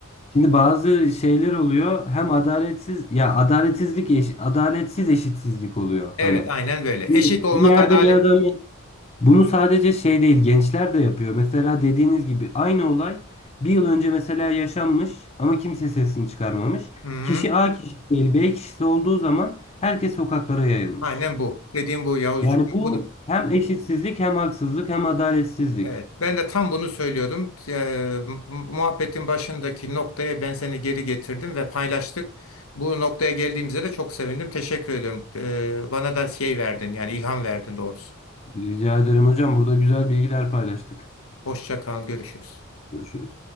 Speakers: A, on the left; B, on the left.
A: Şimdi bazı şeyler oluyor hem adaletsiz ya adaletsizlik eş- adaletsiz eşitsizlik oluyor
B: Evet
A: hani.
B: aynen böyle.
A: Şimdi
B: Eşit olmak
A: bir yerde
B: adalet.
A: bir adamın bunu sadece şey değil gençler de yapıyor. Mesela dediğiniz gibi aynı olay bir yıl önce mesela yaşanmış ama kimse sesini çıkarmamış.
B: Hı hı.
A: Kişi A kişisi değil B kişisi olduğu zaman herkes sokaklara yayılmış.
B: Aynen bu. Dediğim bu Yavuzcuğum.
A: Yani
B: Bak,
A: bu hem eşitsizlik hem haksızlık hem adaletsizlik.
B: Evet, ben de tam bunu söylüyordum. Eee, mu- muhabbetin başındaki noktaya ben seni geri getirdim ve paylaştık. Bu noktaya geldiğimize de çok sevindim. Teşekkür ediyorum. Eee, bana da şey verdin yani ilham verdin doğrusu.
A: Rica ederim hocam burada güzel bilgiler paylaştık.
B: Hoşça kal, görüşürüz.
A: Görüşürüz.